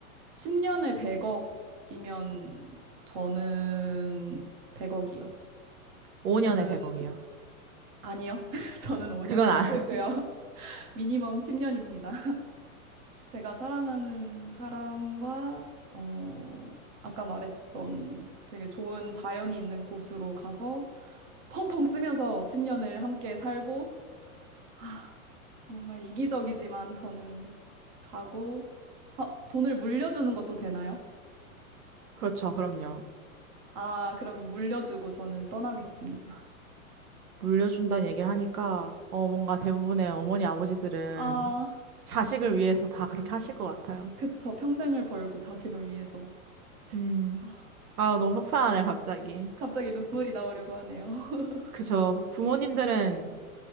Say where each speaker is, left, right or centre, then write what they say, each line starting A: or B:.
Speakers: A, on the right (about 20°); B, on the right (about 80°).
A: 10년에 100억이면 저는 100억이요.
B: 5년에
A: 저는,
B: 100억이요.
A: 아니요. <laughs> 저는 5년은
B: 그건 안,
A: 싫고요.
B: <laughs>
A: <laughs> 미니멈 10년입니다. 제가 사랑하는 사람과, 어, 아까 말했던 되게 좋은 자연이 있는 곳으로 가서 펑펑 쓰면서 10년을 함께 살고, 아, 정말 이기적이지만 저는 가고, 아, 돈을 물려주는 것도 되나요?
B: 그렇죠, 그럼요.
A: 아, 그러면 물려주고 저는 떠나겠습니다.
B: 물려준다는 얘기를 하니까, 어, 뭔가 대부분의 어머니, 아버지들은
A: 아,
B: 자식을 위해서 다 그렇게 하실 것 같아요.
A: 그쵸. 평생을 벌고 자식을 위해서. 이제,
B: 음,
A: 아,
B: 아,
A: 그-
B: 너무 속상하네, 갑자기.
A: 갑자기 눈물이 나오려고 하네요. <laughs>
B: 그죠. 부모님들은